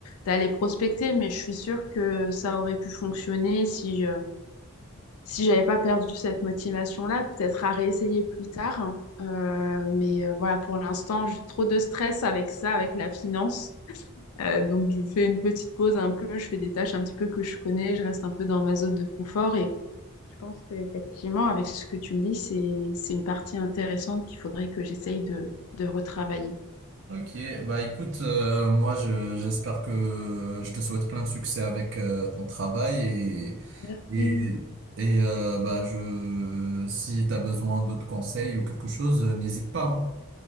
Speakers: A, on the left; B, on the right.
A: d'aller prospecter. Mais je suis sûre que ça aurait pu fonctionner si je, si j'avais pas perdu cette motivation-là, peut-être à réessayer plus tard. hein. Euh, mais euh, voilà, pour l'instant, j'ai trop de stress avec ça, avec la finance. Euh, donc, je fais une petite pause un peu, je fais des tâches un petit peu que je connais, je reste un peu dans ma zone de confort je pense qu'effectivement, avec ce que tu me dis, c'est, c'est une partie intéressante qu'il faudrait que j'essaye de, de retravailler.
B: Ok, bah écoute, euh, moi je, j'espère que je te souhaite plein de succès avec euh, ton travail et
A: Merci.
B: et et euh, bah je si t'as besoin d'autres conseils ou quelque chose, euh, n'hésite pas, hein.